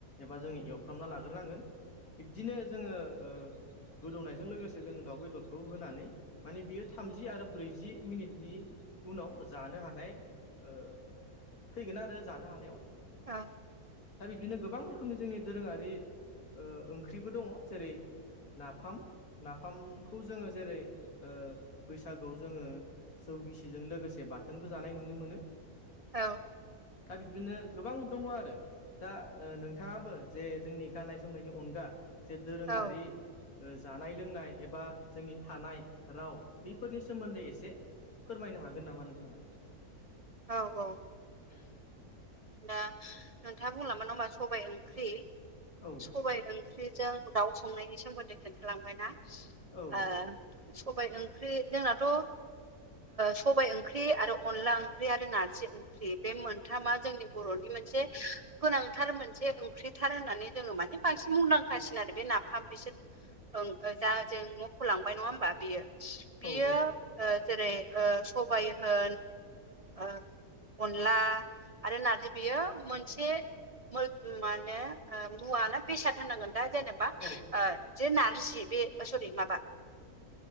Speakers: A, on the left; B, on the right.
A: एबा जोङो एवफ्रामना लाग्रोनांगोन बिब्दिनो जोङो ओ गोदौनायजों लोगोसे जोङो दाउ बेदरखौ होनानै माने बियो थामजि आरो ब्रैजि मिनिटनि उनाव जानो हानाय ओ फैगोन आरो जानो हानायाव
B: औ
A: दा बिबदिनो गोबां रोखोमनि जोंनि दोरोङारि ओ ओंख्रिबो दङ जेरै नाफाम नाफामखौ जोङो जेरै ओ बैसागोआव जोङो जौ गिसिजों लोगोसे बाथोनबो जानाय नुनो मोनो।
B: औ।
A: दा बिब्दिनो गोबां दङ आरो। दा ओ नोंथाङाबो जे जोंनि गाननाय जोमनायनि अनगा जे दोरोङारि
B: औ
A: ओ जानाय लोंनाय एबा जोंनि थानाय राव बैफोरनि सोमोन्दै एसे फोरमायनो हागोन नामा नोंथाङा?
B: औ औ दा नोंथाङा बुंलांबाय नङा होनबा सबाय ओंख्रि
A: औ।
B: सबाइ ओंख्रिजों दाउ संनायनि सोमोन्दै खोन्थालांबायना
A: औ
B: ओ सबाइ ओंख्रि जोंनाथ' ओ सबाय ओंख्रि आरो अनला ओं ख्रि आरो नारजि ओं ख्रि बे मोनथामा जोंनि बर'नि मोनसे गोनांथार मोनसे ओंख्रिथार होननानै जोङो माने बांसिन मुंदांखासिन आरो बे नाफाम बिसोर ओं ओ जा जों मख'लांबाय नङा होमबा बेयो बियो
A: औ औ
B: ओ जेरै ओ सबाय होन ओ अनला आरो नार्जि बेयो मोनसे <unintelligible> मो माने मुवा ना बेसाद होनांगोन दा? जेनेबा
A: औ
B: ओ जे नारजि बे ओ सरि माबा